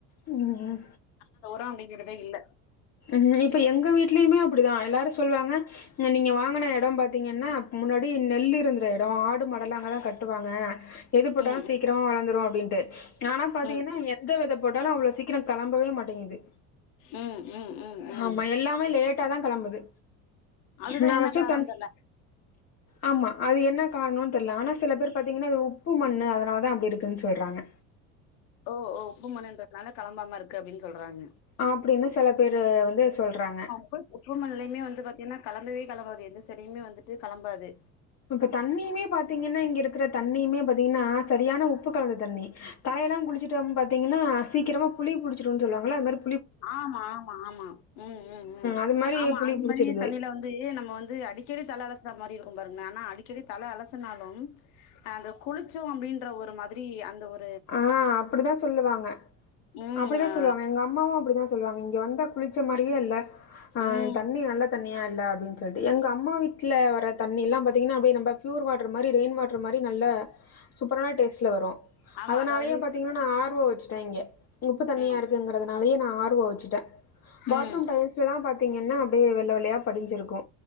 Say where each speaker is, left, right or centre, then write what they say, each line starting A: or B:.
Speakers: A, on the left (about 35°); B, on the left (about 75°).
A: ம்
B: அங்க உரோ அப்டிங்கிறதே இல்ல
A: ம்ஹீம் இப்ப எங்க வீட்லயுமே அப்டிதா எல்லாரு சொல்வாங்க நீங்க வாங்ன எடோ பாத்தீங்கனா முன்னாடி நெல் இருந்திற எடோ ஆடு மாட்லா அங்க தா கட்டுவாங்க எது போட்டாலு
B: ம்
A: சீக்கிரமா வளந்துரு அப்டின்ட்டு ஆனா பாத்தீங்கனா
B: ம்
A: எந்த வித போட்டாலு அவ்ளோ சீக்கிரோ கெளம்பவே மாட்டேங்குது
B: ம் ம் ம் ம்
A: ஆமா எல்லாமே லேட்டா தா கெளம்புது
B: அதுதா
A: நா
B: என்ன
A: வச்ச
B: காரணோன்னு
A: தென்
B: தெர்ல
A: ஆமா அது என்ன கார்ணோனு தெரில ஆனா சில பேரு பாத்தீங்கனா அது உப்பு மண்ணு அதனாலதா அப்டி இருக்குனு சொல்றாங்க
B: ஓ ஓ உப்பு மண்ணுன்றத்துனால கெளம்பாம இருக்கு அப்டினு சொல்றாங்க
A: அப்டினு செல பேரு வந்து சொல்றாங்க
B: போய் உப்பு மண்லயுமே வந்து பாத்தீங்கனா கெளம்பவே கெளம்பாது எந்த செடியுமே வந்துட்டு கெளம்பாது
A: இப்ப தண்ணியுமே பாத்தீங்கனா இங்க இருக்குற தண்ணியுமே பாத்தீங்கனா சரியான உப்பு கலந்த தண்ணி தலயெலா குளிச்சுட்டு ம் பாத்தீங்கனா சீக்கிரமா புளி புடிச்சிரு சொல்வாங்ளா அது மார்
B: ஆமா ஆமா ஆமா ம் ம் ம்
A: அது மாரி
B: ஆமா
A: புளி
B: அது
A: புடிச்சிருது
B: மாரி தலேல வந் து நம்ம வந்து அடிக்கடி தல அலசுற மாரி இருக்கு பாருங்களே ஆனா அடிக்கடி தல அலசுனாலும் அந்த குளிச்சோ அப்டின்ற ஒரு மாதிரி அந்த ஒர்
A: ஆ அப்டிதா சொல்லுவாங்க
B: ம்
A: அப்டிதா
B: ஆ
A: சொல்வாங்க எங்க அம்மாவு அப்டிதா சொல்வாங்க இங்க வந்தா குளிச்ச மாரியே இல்ல அ
B: ம்
A: தண்ணி நல்ல தண்ணியா இல்ல அப்டின் சொல்லி எங்க அம்மா வீட்ல வர தண்ணியெல்ல பாத்தீங்கன அப்டியே நம்ம பியூர் வாட்டர் மாரி ரெயின் வாட் ட்று மாரி நல்ல சூப்பரான டேஸ்ட்ல வரு
B: ஆமா
A: அதனாலயே
B: அதாவது
A: பாத்தீங்கனா நா ஆர் ஓ வச்சுட்ட இங்க உப்பு தண்ணியா
B: ம்
A: இருக்குங்குறது னாலயே நா ஆர் ஓ வச்சுட்ட பாத்ரூம்
B: ம்
A: டைல்ஸ்லால பாத்தீங்கன அப்டியே வெள்ள வெள்ளையா படிஞ்சிருக்கு